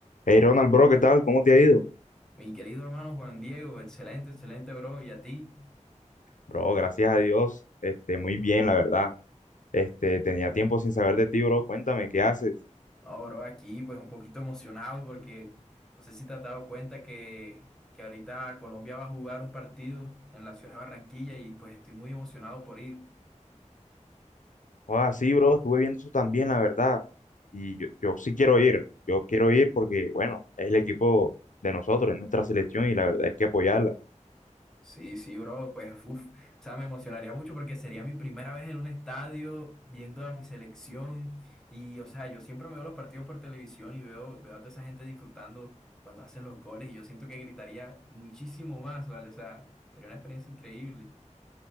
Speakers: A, on the left (about 90°); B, in the centre.
A: Hey Ronald, bro, ¿qué tal? ¿Cómo te ha ido?
B: Mi querido hermano Juan Diego, excelente, excelente, bro. Y a ti,
A: Bro, gracias a Dios, este, muy bien, la verdad. Este, tenía tiempo sin saber de ti, bro. Cuéntame, ¿qué haces?
B: ahora bro, aquí pues un poquito emocionado porque no sé si te has dado cuenta que, que ahorita Colombia va a jugar un partido en la ciudad de Barranquilla y pues estoy muy emocionado por ir.
A: Ah, sí, bro, estuve viendo eso también, la verdad. Y yo, yo sí quiero ir, yo quiero ir porque, bueno, es el equipo de nosotros, es nuestra selección y la verdad es que apoyarla.
B: Sí, sí, bro, pues, uf, o sea, me emocionaría mucho porque sería mi primera vez en un estadio viendo a mi selección y, o sea, yo siempre me veo los partidos por televisión y veo, veo a toda esa gente disfrutando cuando hacen los goles y yo siento que gritaría muchísimo más, ¿vale? O sea, sería una experiencia increíble.